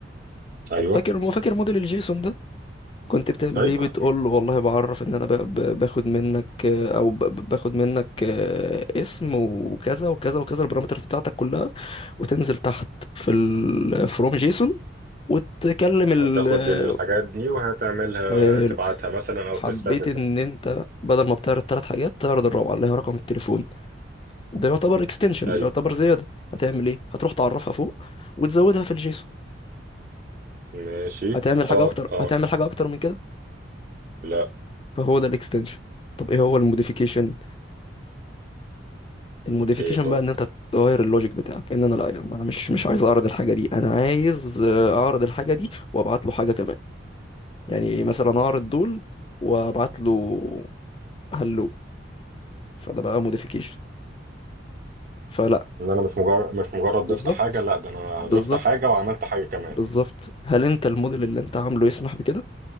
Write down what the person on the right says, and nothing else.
ايوه
ايوه
هتاخد
الحاجات دي وهتعملها
تبعتها مثلا او
تستقبل
بقى
ايوه
ماشي
اه
اه
لا
ايه هو
ان انا مش مجرد مش مجرد
ضفت حاجه لا ده انا
ضفت حاجه وعملت حاجه كمان